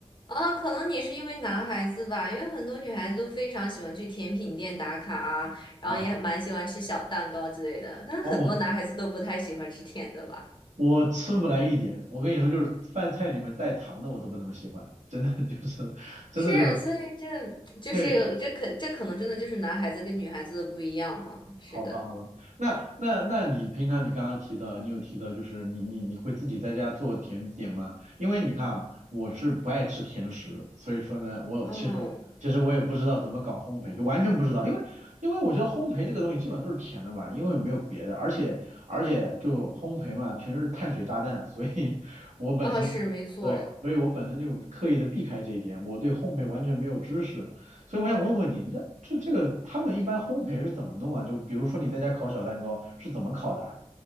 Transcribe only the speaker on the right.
哎，
哦，我吃不来一点，我跟你说，就是饭菜里面带糖的我都不那么喜欢，真的就是，真的就是，
对，
好吧，好吧，那那那你平常你刚刚提到，你有提到就是你你你会自己在家做甜点吗？因为你看啊，我是不爱吃甜食，所以说呢，我其实我其实我也不知道怎么搞烘焙，
就完全不知道，因为因为我觉得烘焙这个东西基本上都是甜的嘛，因为没有别的，而且而且就烘焙嘛，全是碳水炸弹，所以我本身对，
所以我本身就刻意的避开这一点，我对烘焙完全没有知识。所以我想问问你，你这这这个他们一般烘焙是怎么弄啊？就比如说你在家烤小蛋糕是怎么烤的啊